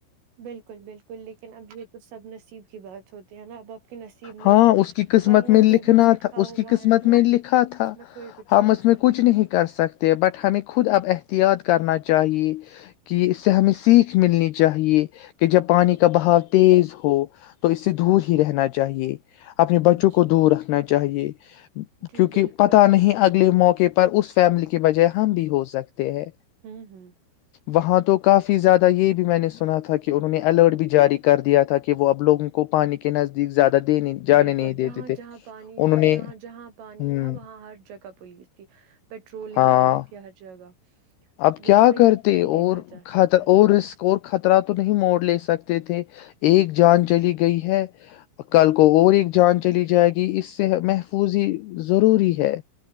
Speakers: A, on the right; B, on the left.
A: بالکل بالکل لیکن اب یہ تو سب نصیب کی بات ہوتی ہے نا اب آپ کے نصیب میں
B: ہاں اس کی قسمت
A: مرنا
B: میں لکھنا
A: ڈوبنا لکھا
B: تھا اس
A: ہوا
B: کی قسمت
A: ہے تو
B: میں لکھا تھا
A: اس میں کوئی کچھ
B: ہم
A: نہیں
B: اس
A: کر
B: میں
A: سکتا
B: کچھ نہیں کر سکتے بٹ ہمیں خود اب احتیاط کرنا چاہیے کہ اس سے ہمیں سیکھ ملنی چاہیے کہ جب پانی کا بہاؤ تیز ہو تو اس سے دور ہی رہنا چاہیے اپنے بچوں
A: جی
B: کو دور رکھنا چاہیے <inaudible>
A: جی
B: کیونکہ
A: بالکل
B: پتا نہیں اگلے موقع پر اس فیملی کے بجائے ہم بھی ہو سک تے ہے
A: ہوں ہوں
B: وہاں تو کافی زیادہ یہ بھی میں نے سنا تھا کہ انہوں نے الرٹ بھی جاری کر دیا تھا کہ وہ اب لوگوں کو پانی کے نزد دیگ زیادہ دینے جانے
A: بالکل
B: نہیں دیتے
A: جہاں
B: تھے
A: جہاں پانی
B: انہوں
A: تھا
B: نے
A: جہاں جہاں پانی
B: ہ
A: تھا وہاں ہر جگہ پولیس تھی پیٹرولنگ
B: ہاں
A: چل رہی تھی ہر جگہ
B: اب
A: وہ
B: کیا
A: کوئی
B: کرتے
A: رسک نہیں لینا
B: اور
A: چاہتے
B: خط
A: تھے
B: اور رسک اور خطرہ تو نہیں مول لے سکتے تھے ایک جان چلی گئی ہے کل کو اور ایک جان چلی جائے گی اس سے محفوظ ہی ضروری ہے